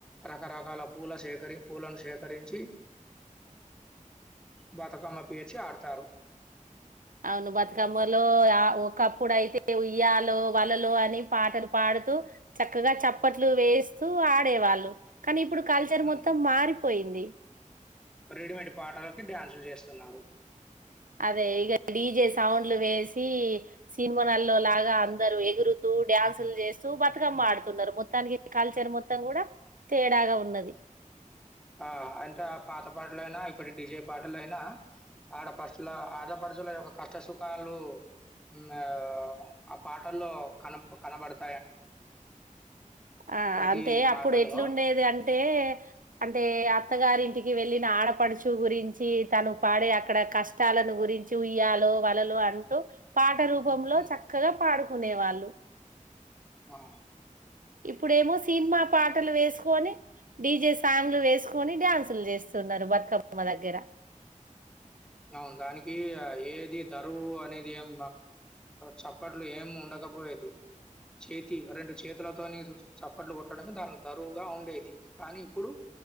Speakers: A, in the centre; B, on the right.
A: రకరకాల పూల సేకరి పూలను సేకరించి బతుకమ్మ పేర్చి ఆడతారు
B: అవును బతుకమ్మలో ఒకప్పుడైతే ఉయ్యాలో వలలో అని పాటలు పాడుతూ చక్కగా చప్పట్లు వేస్తూ ఆడేవాళ్ళు కానీ ఇప్పుడు కల్చర్
A: మ్మ్.
B: మొత్తం మారిపోయింది
A: రెడీమేడ్ పాటలకి డ్యాన్సులు చేస్తున్నారు
B: అదే ఇక డీజే సౌండ్లు వేసి సినిమాలో లాగా అందరుూ ఎగురుతూ డ్యాన్సులు చేస్తూ బతుకమ్మ ఆడుతున్నారు మొత్తానికి కల్చర్ మొత్తం కూడా తేడాగా ఉన్నది
A: ఆ అంటే ఆ పాత పాటలైనా ఇప్పటి డిజే పాటలయినా ఆడపరుచుల ఆడపరుచుల యొక్క కష్ట సుఖాలు ఆ ఆ పాటల్లో కన కనబడుత
B: ఆ
A: ప్రతి
B: అంటే
A: పాటలో
B: అప్పుడు ఎట్లుండేది అంటే అంటే అత్తగారింటికి వెళ్ళిన ఆడపడుచు గురించి తను పాడే అక్కడ కష్టాలను గురించి ఉయ్యాలో వలలు అంటూ పా రూపంలో
A: హ్మ్.
B: చక్కగా పాడు ఉనే వాళ్ళు
A: ఆ
B: ఇప్పుడేమో సినిమా పాటలు వేసుకొని డీజే సాంగ్లు వేసుకొని డ్యాన్సులు చేస్తున్నారు బతుకమ్బొమ్మ దగ్గర
A: అవును. దానికి ఆహ్, ఏది ధరువు అనేది ఏం చప్పట్లు ఏం ఉండకపోయేది చేతి అ రెండు చేతిలతోని చూ చప్పట్లు కొట్టడమే దానికి తరువుగా ఉండేది కానీ ఇప్పుడు